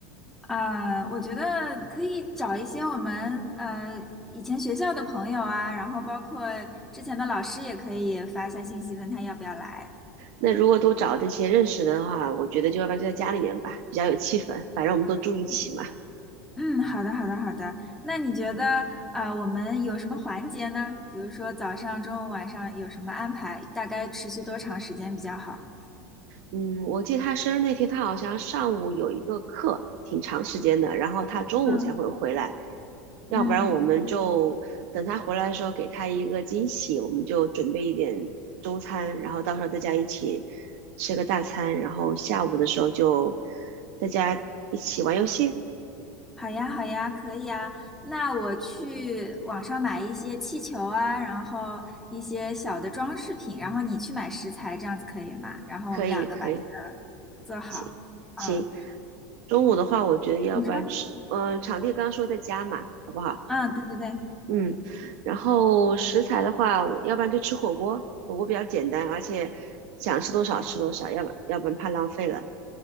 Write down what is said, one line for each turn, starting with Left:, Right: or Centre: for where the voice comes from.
Centre: 呃，我觉得可以找一些我们呃以前学校的朋友啊，然后包括之前的老师也可以发一下信息，问他要不要来。
Right: 那如果都找这些认识的话，我觉得就要不然就在家里面吧，比较有气氛，反正我们都住一起嘛。
Centre: 嗯，嗯，好的，好的，好的。那你觉得啊，我们有什么环节呢？比如说早上、中午、晚上有什么安排？大概持续多长时间比较好？
Right: 嗯，我记得他生日那天，他好像上午有一个课，挺长时间的，然后他中午才会回来，
Centre: 嗯，
Right: 要不然我们就等他回来的时候给他一个惊喜，
Centre: 嗯，
Right: 我们就准备一点中餐，然后到时候大家一起吃个大餐，然后下午的时候就大家一起玩游戏，
Centre: 好呀，好呀，可以啊。那我去网上买一些气球啊，然后一些小的装饰品，然后你去买食材，这样子可以吗？然后我们两个把这个做好。
Right: 可以，可以，行，
Centre: 嗯，
Right: 行。中午的话，我觉得要不然吃，
Centre: 你说？
Right: 嗯、场地刚刚说在家嘛，好不好？
Centre: 嗯，对对对，
Right: 嗯，然后食材的话，我要不然就吃火锅，火锅比较简单，而且想吃多少吃多少，要不要不然怕浪费了。